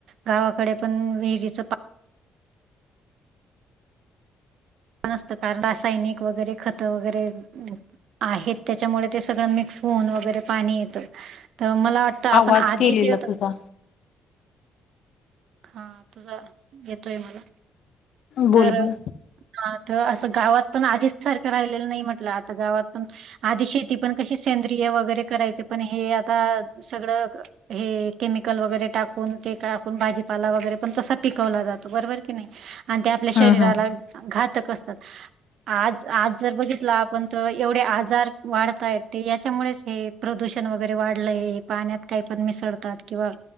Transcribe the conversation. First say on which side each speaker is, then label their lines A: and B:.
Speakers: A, on the right; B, on the left.
A: गावाकडे पण विहिरीचऽ पण असत कारण रासायनिक वगैरे खत वगैरे आहेत, त्याच्यामुळे ते सगळं मिक्स होऊन वगैरे पाणी येतं. तर मला वाटतं आपण
B: आवाज
A: आधी
B: केलेला
A: जे होत
B: तुझा
A: हा,, तुझा येतोय मला
B: बोल
A: तर
B: बोल
A: हा तर असं गावात पण आधीच सारखं राहिलेलं नाही म्हटलं,, आता गावात पण आधी शेती पण कशी सेंद्रिय वगैरे करायचे, पण हे आता सगळंऽ हे केमिकल वगैरे टाकून,, ते टाकून भाजीऽ ला वगैरे पण तसा पिकवला जातो,, बरोबर की नाही,, आणि ते आपल्या
B: हम्म
A: शरीराला
B: हम्म
A: घातक असतात. आज, आज जर बघितलं आपण तर एवढे आजार वाढताय, ते याच्यामुळेच हे प्रदूषण वगैरे वाढलंय, पाण्यात काही पण मिसळतात, किंवा